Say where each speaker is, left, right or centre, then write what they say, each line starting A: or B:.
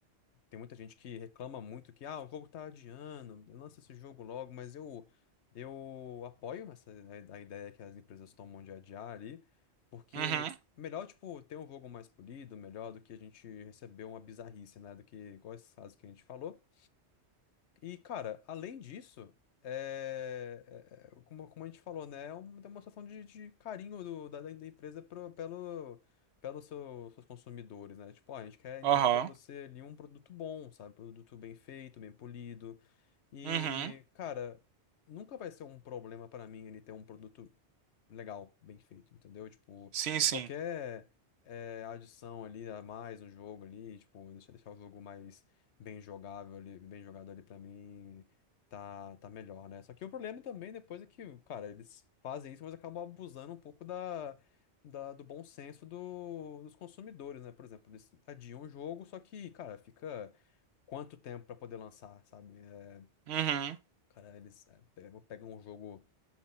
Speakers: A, on the left; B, on the right.
A: Tem muita gente que reclama muito que, ah, o jogo tá adiando, lança esse jogo logo, mas eu, eu apoio essa, a, a ideia que as empresas tomam de adiar ali, porque
B: Uhum,
A: melhor, tipo, ter um jogo mais polido, melhor do que a gente receber uma bizarrice, né? Do que, igual esses casos que a gente falou. E, cara, além disso, é, é- é- como, como a gente falou, né? É uma demonstração de, de carinho do- da, da empresa pro, pelo, pelos seu- seus consumidores, né? Tipo, ó, a gente quer entregar
B: aham,
A: pra você ali um produto bom, sabe? Produto bem feito, bem polido. E,
B: uhum,
A: cara, nunca vai ser um problema pra mim ele ter um produto legal, bem feito, entendeu? Tipo,
B: sim, sim,
A: qualquer eh, adição ali a mais no jogo ali, tipo, deixar, deixar o jogo mais bem jogável ali, bem jogado ali pra mim, tá, tá melhor, né? Só que o problema também depois é que, cara, eles fazem isso, mas acabam abusando um pouco da, da- do bom senso do- dos consumidores, né? Por exemplo, eles adiam o jogo, só que, cara, fica quanto tempo pra poder lançar, sabe? É,
B: uhum.
A: cara, eles eh, pegam pegam um jogo